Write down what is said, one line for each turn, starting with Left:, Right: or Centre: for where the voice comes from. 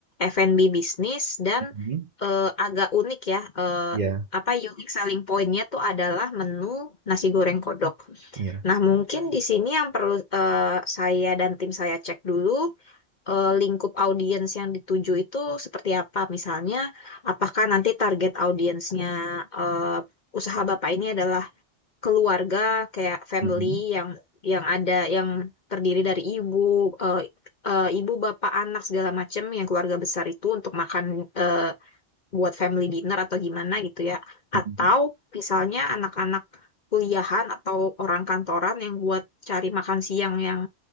Left: F&B bisnis dan
Right: Mhm.
Left: eh, agak unik ya. eh,
Right: ya,
Left: apa unique selling point-nya tuh adalah menu nasi goreng kodok.
Right: ya.
Left: Nah, mungkin di sini yang perlu eh, saya dan tim saya cek dulu eh, lingkup audiens yang dituju itu seperti apa. Misalnya, apakah nanti target audiensnya eh, usaha Bapak ini adalah keluarga kayak family
Right: Mhm.
Left: yang yang ada yang terdiri dari ibu, eh, eh, ibu, bapak, anak segala macam yang keluarga besar itu untuk makan eh, buat family dinner atau gimana gitu ya.
Right: Mhm.
Left: Atau misalnya anak-anak kuliahan atau orang kantoran yang buat cari makan siang yang